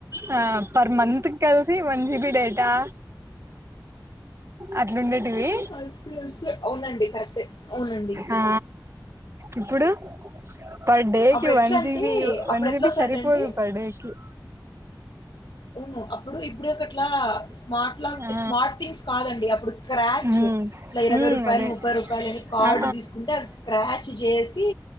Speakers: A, on the right; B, on the left.
A: హా పర్ మంత్ కి కలిసి వన్ జిబి డేటా అట్లుండేటివి
B: అంతే అంతే అవునండి కరెక్టే అవునండి
A: ఆ ఇప్పుడు పర్డేకి
B: అప్పుడు ఎట్లా
A: వన్
B: అంటే
A: జిబి వన్
B: అప్పుడు
A: జిబి
B: ఎట్లా వస్తంటే
A: సరిపోదు పర్డేకి ఉ
B: వును అప్పుడు ఇప్పుడాకట్లా స్మార్ట్ లాగ్
A: ఆ
B: స్మార్ట్ థింగ్స్ కాదండి అప్పుడు స్క్రాచ్
A: ఉమ్
B: ఇట్లా ఇరవై
A: ఉమ్
B: రూపాయలు
A: అదే
B: ముప్పై రూపాయలు అని కార్డు
A: ఆ
B: తీసుకుంటే అద్ స్క్రాచ్ చేసీ